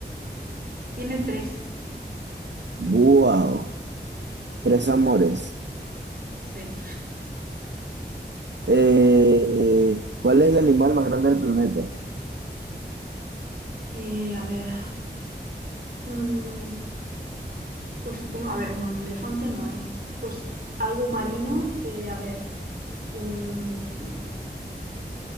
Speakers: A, on the right; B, on the right.
A: pues tiene tres.
B: ¡Wow! Tres amores.
A: Sí.
B: Eh, ¿cuál es el animal más grande del planeta?
A: Eh, a ver. Mm, Pues supongo, a ver, no, un elefante no es. Pues algo marino, eh, a ver, un,